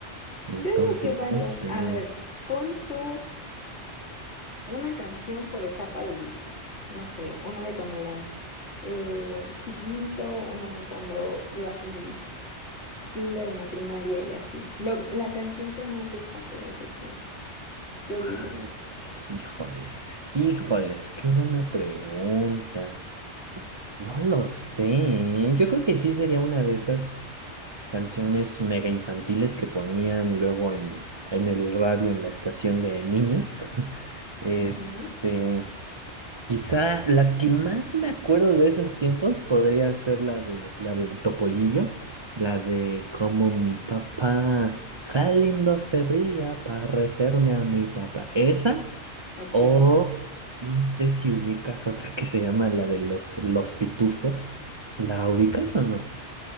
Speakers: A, on the left; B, on the right.
A: <laughs>
B: Entonces,
A: Yo digo que varias.
B: no sé.
A: A ver, pon tú una canción por etapa de vida. No sé, una de cuando eras eh, chiquito, una de cuando ibas en el kinder, en la primaria y así. Lo- la canción que más destaque de esos tiempos, yo diría.
B: Ah, híjoles, híjoles, qué buena pregunta. No lo sé. ¿eh? Yo creo que sí sería una de esas. canciones mega infantiles que ponían luego en, en el radio, en la estación de niños. <laughs> Este,
A: Ujú,
B: quizá la que más me acuerdo de esos tiempos podría ser la de la de Topollillo, la de como mi papá, qué lindo se ría parecerme a mi papá. Esa
A: ok.
B: o no sé si ubicas otra que se llama la de los los pitufos. ¿La ubicas o no?